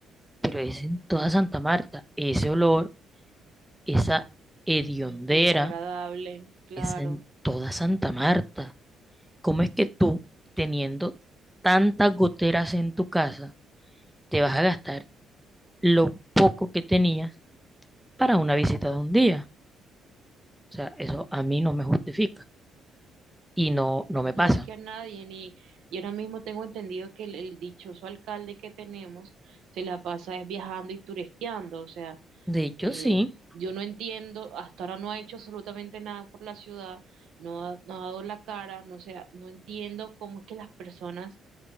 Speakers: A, in the centre; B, on the right.
A: pero es en toda Santa Marta. Ese olor esa hediondera
B: Es desagradable, claro.
A: es en toda Santa Marta. ¿Cómo es que tú, teniendo tantas goteras en tu casa, te vas a gastar lo poco que tenías para una visita de un día? O sea, eso a mí no me justifica y no, no
B: No
A: me pasa.
B: es que a nadie, ni. Y ahora mismo tengo entendido que el, el dichoso alcalde que tenemos se la pasa es viajando y turisteando. O sea,
A: De hecho,
B: eh,
A: sí,
B: yo no entiendo, hasta ahora no ha hecho absolutamente nada por la ciudad, no ha, no ha dado la cara, no, o sea, no entiendo cómo es que las personas,